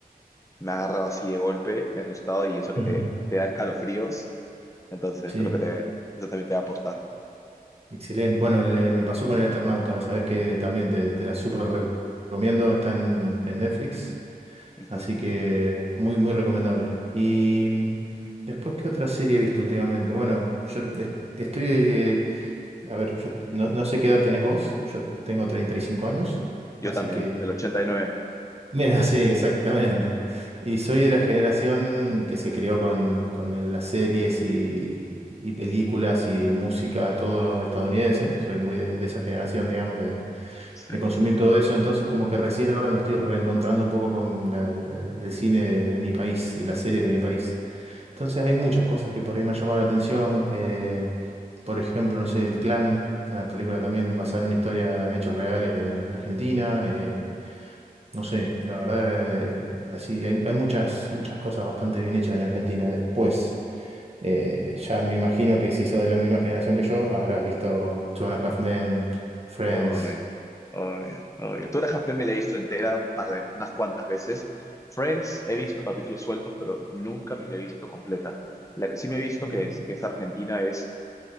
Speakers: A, on the left; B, on the right.
A: me ha agarrado así de golpe, me ha asustado y eso que
B: Ujú.
A: te, te da escalofríos. Entonces
B: sí.
A: creo que te- eso también te va a aportar.
B: Excelente. Bueno, el, eh, me pasó con el Eternauta, vos sabés que también te, te la súper re- recomiendo, está en, en Netflix,
A: Ujú.
B: así que muy, muy recomendable. Y mm, después, ¿qué otra serie he visto últimamente? Bueno, yo es- estoy, eh, a ver, yo no, no sé qué edad tenés vos, yo tengo 35 años, así
A: Yo también,
B: que
A: del 89.
B: Mira, sí, exactamente. Y soy de la generación que se crió con, con el- las series y, y películas y música, todo estadounidense. Soy muy de, de esa generación, digamos, de,
A: Sí.
B: de consumir todo eso. Entonces, como que recién ahora me estoy reencontrando un poco con la- la- el cine de, de mi país y las series de mi país. Entonces, hay muchas cosas que por ahí me han llamado la atención. eh, por ejemplo, no sé, El Clan, una película también basada en una historia en hechos reales de, de Argentina. eh, no sé, la verdad, eh, así hay, hay muchas, muchas cosas bastante bien hechas en Argentina. Después, eh, ya me imagino que si sos de la misma generación que yo, habrás visto Two and a Half Men, Friends.
A: Obvio, obvio, obvio. Tú Half-Men me la he visto entera un par de, unas cuantas veces. Friends he visto capítulos sueltos, pero nunca me la he visto completa. La que sí me he visto
B: Mira.
A: que es, que es argentina es